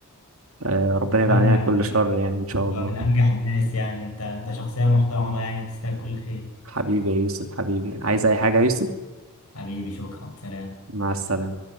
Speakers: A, on the right (about 70°); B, on the left (about 85°).
A: وربنا يبعد
B: أتمنى
A: عننا
B: يعني
A: كل شر يعني ان شاء
B: هو
A: الله
B: من أنجح الناس يعني أنت أنت شخصية محترمة يعني تستاهل كل خير
A: حبيبي يا يوسف حبيبي عايز أي حاجة يا يوسف
B: حبيبي شكرا سلام
A: مع السلامة